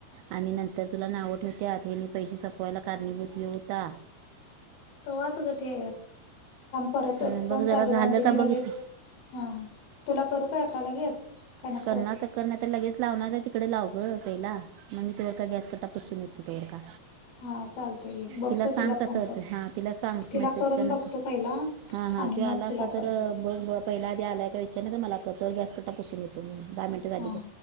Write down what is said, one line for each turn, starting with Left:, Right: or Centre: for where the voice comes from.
Right: आणि नंतर तुला नाव ठेवत्यात हे. पैसे संपवायला कारणीभूत ह्यो होता.
Left: त वाच ग ते परत
Right: अं, बघ
Left: फोन
Right: जरा
Left: चालू
Right: झालं
Left: राहूनते
Right: का
Left: मी लगेच.
Right: बघ इथे
Left: हा तुला करू काय आता लगेच? काय नको
Right: करना तर. कर लगेच लावणार आहे तिकडे लावू ग पहिला मग मी तेवर का गॅस कंटाळून पसून येतो त्यावर का.
Left: हा चालतय घे बघतो
Right: तिला सांग तस
Left: फोन करून
Right: हा तिला सांग
Left: तिला
Right: मेसेज
Left: करून
Right: करणं
Left: बघतो
Right: तर.
Left: पहिला
Right: हा हा
Left: आणि
Right: तो आला
Left: मग
Right: असता
Left: तुला
Right: तर
Left: करतो
Right: बघ. पहिला आधी आलाय का विघ्ने मला को गॅस कटापसून येतो म दहा मिनट
Left: हां
Right: बघ